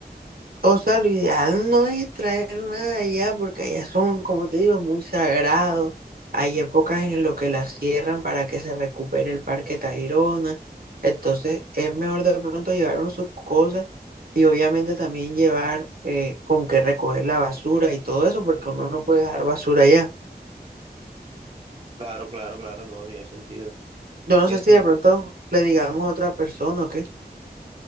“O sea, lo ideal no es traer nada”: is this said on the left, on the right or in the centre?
Right